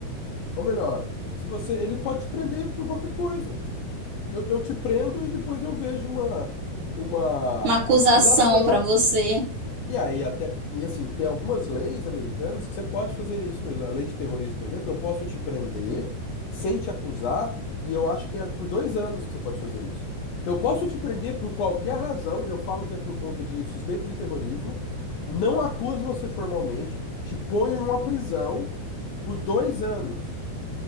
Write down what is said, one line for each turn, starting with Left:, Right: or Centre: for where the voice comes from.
Left: Ou melhor, se você, ele pode te prender por qualquer coisa. Eu, eu te prendo e depois eu vejo uma, uma
Right: uma acusação
Left: acusação.
Right: para você.
Left: E aí até, e assim, tem algumas leis americanas que você pode fazer isso mesmo. A lei de terrorismo, por exemplo, eu posso te prender sem te acusar, e eu acho que é por dois anos que você pode fazer isso. Então eu posso te prender por qualquer razão, eu falo que é por conta de suspeita de terrorismo, não acuso você formalmente, te ponho em uma prisão por dois anos.